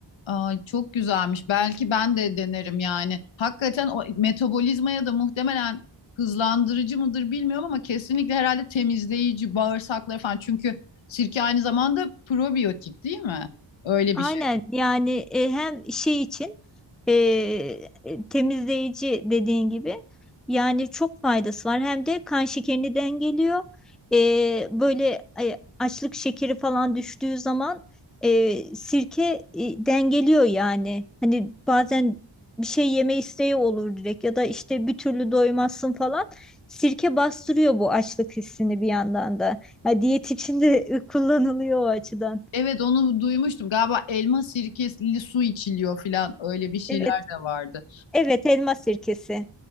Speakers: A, on the left; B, in the centre.
A: Aa, çok güzelmiş. Belki ben de denerim yani. Hakikaten o metabolizmaya da muhtemelen hızlandırıcı mıdır bilmiyorum ama kesinlikle herhalde temizleyici, bağırsakları falan. Çünkü sirke aynı zamanda probiyotik değil mi? Öyle
B: Aynen
A: bir şey.
B: yani e, hem şey için e, e, temizleyici dediğin gibi yani çok faydası var. Hem de kan şekerini dengeliyor. E, böyle e, açlık şekeri falan düştüğü zaman e, sirke e, dengeliyor yani. Hani bazen bir şey yeme isteği olur direkt ya da işte bir türlü doymazsın falan. Sirke bastırıyor bu açlık hissini bir yandan da. Ha, diyet için de <laughs> e, kullanılıyor o açıdan.
A: Evet onu duymuştum. Galiba elma sirkeli su içiliyor falan öyle bir şeyler
B: Evet.
A: de vardı.
B: Evet elma sirkesi.